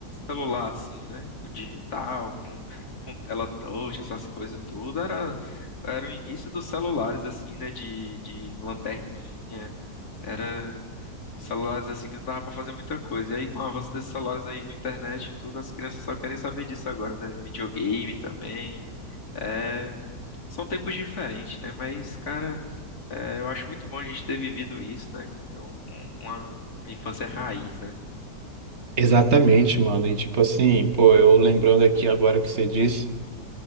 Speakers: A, on the left; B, on the right.
A: celular assim, né? O digital, com, com tela touch, essas coisas tudo. Era, era o início dos celulares, assim, né? De, de lanterninha. Era uns celulares assim que não dava pra fazer muita coisa. E aí, com o avanço desses celulares aí, com internet e tudo, as crianças só querem saber disso agora, né? Videogame também. É, são tempos diferentes, né? Mas, cara, é, eu acho muito bom a gente ter vivido isso, né? Que é um- um- Uma, uma infância raiz, né?
B: Exatamente, mano. E tipo assim, pô, eu lembrando aqui agora o que você disse.